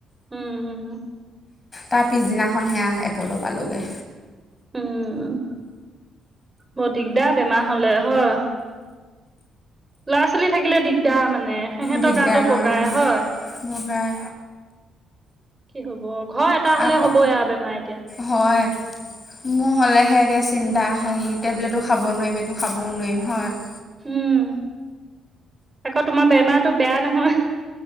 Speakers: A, on the right; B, on the left.
A: উম উম
B: তাৰ পিছদিনাখন সেয়া এপল' পালোগে
A: উম বৰ দিগদাৰ বেমাৰ হলে। হয়। ল'ৰা ছোৱালী থাকিলে দিগদাৰ মানে সিহতৰ
B: দিগদাৰ
A: গাটো বগাই
B: অঁ
A: হয়
B: বগাই
A: কি হব। ব <unintelligible> ঘৰ এটা হ'লে
B: আকৌ
A: হ'ব এয়া বেমাৰ এতিয়া।
B: হয় মোৰ হ'লেহে এতিয়া চিন্তা হেৰি টেবলেটো খাব নোৱাৰিম একো খাবও নোৱাৰিম হয়।
A: উম, আকৌ তোমাৰ বেমাৰতটো বেয়া নহয়।